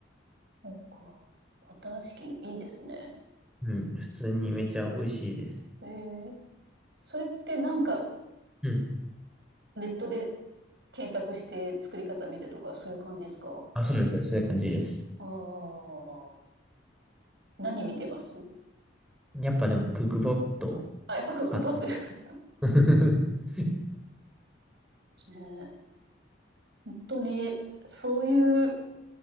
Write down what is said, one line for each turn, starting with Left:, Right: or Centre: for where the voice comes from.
Right: そっか。バターチキン、いいですね。
Centre: うん、普通にめちゃ美味しいです。
Right: ええそれってなんか
Centre: うん。
Right: ネットで検索して作り方見てとかそういう感じですか
Centre: あ、そうです。そういう感じです。
Right: ああー。何見てます
Centre: やっぱでも、クックパッド
Right: あ、やっぱクックパッドです。
Centre: か。<laughs>
Right: <laughs> ねえ本当に、そういう